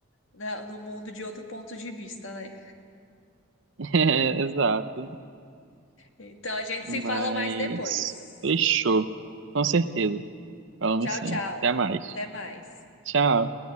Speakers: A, on the left; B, on the right.
A: na- no mundo de outro ponto de vista, né?
B: <laughs> É, Exato.
A: Então, a gente
B: Mas
A: se fala mais depois.
B: fechou. Com certeza. Falamos
A: Tchau,
B: sim.
A: tchau.
B: Até mais.
A: Até mais.
B: Tchau.